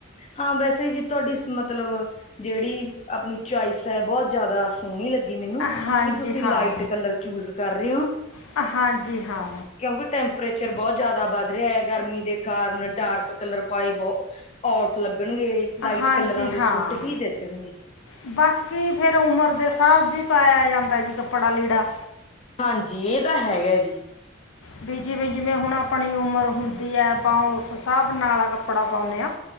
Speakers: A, on the left (about 30°); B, on the left (about 85°).
A: ਹਾਂ, ਬੈਸੇ ਜੀ ਤੁਆਡੀ ਸ ਮਤਲਬ ਜੇੜੀ ਆਪਨੀ ਚੋਇਸ ਐ ਬੋਤ ਜੇਆਦਾ ਸੋਣੀ ਲੱਗੀ। ਮੈਨੂੰ
B: ਹਾਂਜੀ
A: ਕੀ ਤੁਸੀਂ
B: ਹਾਂ
A: ਲਾਈਟ ਕਲਰ ਚੂਜ਼ ਕਰ ਰਏ ਓ।
B: ਹਾਂਜੀ ਹਾਂ
A: <unintelligible> ਟਪਰੇਚਰ ਬਹੁਤ ਜ਼ਿਆਦਾ ਵੱਧ ਰਿਹਾ ਹੈ। ਗਰਮੀ ਦੇ ਕਾਰਨ, ਡਾਰਕ ਕਲਰ ਪਾਈ ਬਹੁਤ ਔਟ ਲੱ ਲੱਗਣਗੇ। ਲਾਈਟ
B: ਹਾਂਜੀ
A: ਕਲਰਾਂ ਦੇ
B: ਹਾਂ
A: ਸੂਟ ਹੀ ਜਚਣਗੇ।
B: ਬਾਕੀ ਫਿਰ ਉਮਰ ਦੇ ਹਿਸਾਬ ਵੀ ਪਾਇਆ ਜਾਂਦਾ ਜੀ। ਕੱਪੜਾ ਲੀੜਾ।
A: ਹਾਂਜੀ, ਇਹ ਤਾਂ ਹੈਗਾ ਜੀ।
B: ਬੀ ਜੀਵੇ- ਜਿਵੇਂ, ਹੁਣ ਆਪਣੀ ਉ- ਉਮਰ ਹੁੰਦੀ ਹੈ। ਤਾਂ, ਉਸ ਹਿਸਾਬ ਨਾਲ ਕੱਪੜਾ ਪਾਉਂਦੇ ਆ।